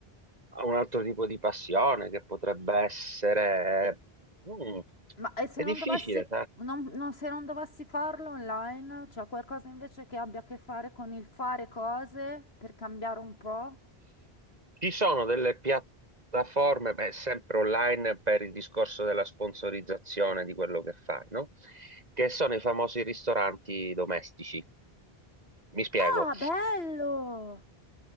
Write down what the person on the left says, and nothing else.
Ma e se
non
dovessi, non- non- se non dovessi farlo online, c'è qualcosa invece che abbia a che fare con il fare cose per cambiare un po'?
Ah, bello!